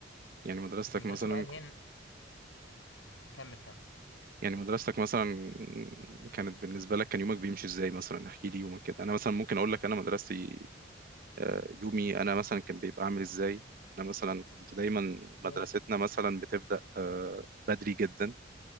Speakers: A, on the right; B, on the left.
A: يعني مدرستك
B: كانت مدرسة
A: مثلا
B: بقى اللي هي كمل كمل
A: يعني مدرستك مثلا كانت بالنسبة لك كان يومك بيمشي ازاي مثلا احكي لي يومك كده انا مثلا ممكن اقول لك انا مدرستي آه، يومي انا مثلا كان بيبقى عامل ازاي انا مثلا كنت دايما
B: قول
A: مدرستنا مثلا بتبدأ آه، بدري جدا